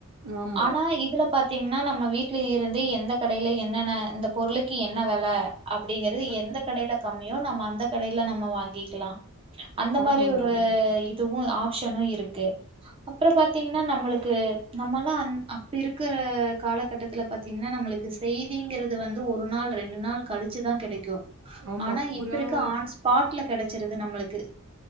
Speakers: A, on the right (about 65°); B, on the right (about 25°).
A: ஆமா
B: ஆனா இதுல பாத்தீங்கன்னா நம்ம வீட்ல இருந்து எந்த கடைல என்னென்ன இந்த பொருளுக்கு என்ன வெல அப்டிங்கறது
A: ம்
B: எந்த கடையில கம்மியோ நம்ம அந்த கடைல நம்ம வாங்கிக்கலா அந்த
A: ஆமாங்க
B: மாரி ஒரு
A: ஆமா
B: இதுவு ஆப்ஷனு இருக்கு அப்றோ பாத்தீங்கன்னா நம்மளுக்கு நம்மல்லா அ அப்ப இருக்க காலகட்டத்துல பாத்தீங்கன்னா நம்மளுக்கு செய்திங்கிறது வந்து ஒரு நாள் ரெண்டு நாள் கழிச்சுதா கெடைக்கு
A: ஆமா
B: ஆனா
A: புறாவ
B: இப்ப இருக்க ஆன் தஸ்பாட்ல கெடைசுருது நம்மளுக்கு